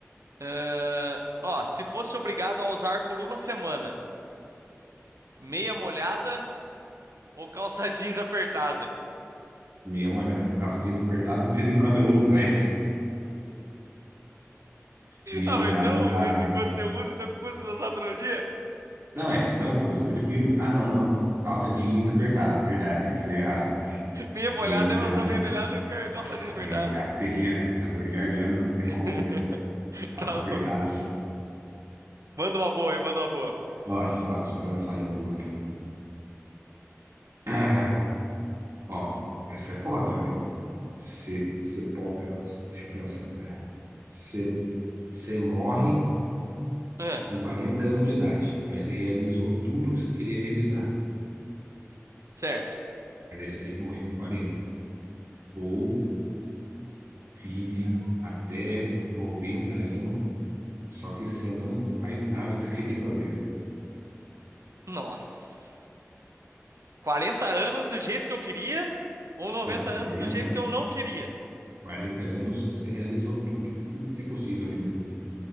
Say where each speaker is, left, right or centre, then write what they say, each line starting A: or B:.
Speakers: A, on the right; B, on the right.
A: Ahn, ó, se fosse obrigado a usar por uma semana, meia molhada ou calça jeans apertada? <laughs>
B: Meia molhada. Calça jeans apertada, de vez em quando eu uso, <laughs> velho. Meia
A: Ah,
B: molhada
A: mas então,
B: não dá,
A: de vez
B: velho.
A: em quando você usa, então custa usar todo dia?
B: Não é, então, por isso que eu prefiro. Ah, não, não. Calça jeans apertada, verdade. Falei errado.
A: Meia molhada,
B: Meia molhada.
A: vai usar meia molhada e cal- calça
B: Nossa,
A: jeans apertada.
B: meia molhada, terrível, velho. Dá dor de garganta, não tem
A: <laughs>
B: como, velho. Calça
A: Tá
B: apertada.
A: louco. Manda uma boa aí, manda uma boa.
B: Nossa, ó, deixa eu pensar em alguma aqui. Ah, Ó, essa é foda, velho. Você pode. Deixa eu pensar, velho. Você morre
A: Ah,
B: com 40 anos de idade, mas você realizou tudo o que você queria realizar.
A: certo.
B: Mas aí você tem que morrer com quarenta Ou vive até noventa anos Só que você não faz nada que você queria fazer. né?
A: Nossa. 40 anos do jeito que eu queria ou 90
B: Não,
A: anos
B: 40,
A: do jeito que eu não queria?
B: 40 anos você realizou tudo, tudo que é possível realizar.